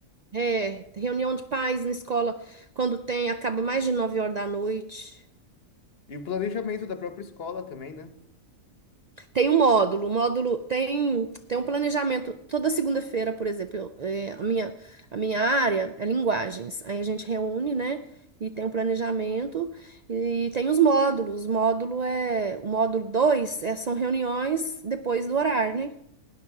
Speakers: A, on the right; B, on the left.
A: É, reunião de pais na escola, quando tem, acaba mais de 9 horas da noite.
B: E o planejamento da própria escola também, né?
A: Tem um módulo, o módulo tem, tem um planejamento. Toda segunda-feira, por exemplo, eu- é, a minha, a minha área é linguagens. Aí a gente reúne, né? E tem um planejamento e tem os módulos. O módulo é, o módulo 2 é, são reuniões depois do horário, né?